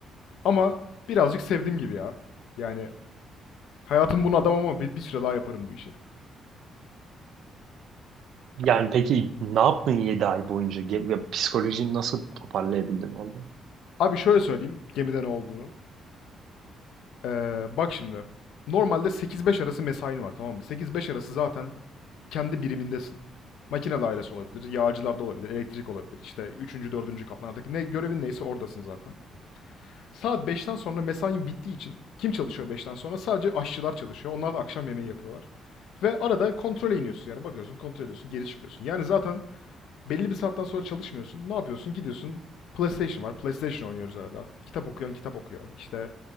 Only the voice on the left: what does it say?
Ama birazcık sevdim gibi ya. Yani hayatım bunu adam ama bir, bir süre daha yaparım bu işi.
Abi şöyle söyleyeyim gemide ne olduğunu. Ee, bak şimdi. Normalde 8-5 arası mesain var tamam mı? 8-5 arası zaten kendi birimindesin. Makine dairesi olabilir, yağcılarda olabilir, elektrik olabilir. İşte üçüncü dördüncü kaplardaki ne görevin neyse oradasın zaten. Saat 5'ten sonra mesain bittiği için kim çalışıyor 5'ten sonra? Sadece aşçılar çalışıyor. Onlar da akşam yemeği yapıyorlar. Ve arada kontrole iniyorsun yani bakıyorsun kontrol ediyorsun geri çıkıyorsun. Yani zaten Belli bir saatten sonra çalışmıyorsun. Ne yapıyorsun? Gidiyorsun. PlayStation var. PlayStation oynuyoruz arada. Kitap okuyan kitap okuyor. İşte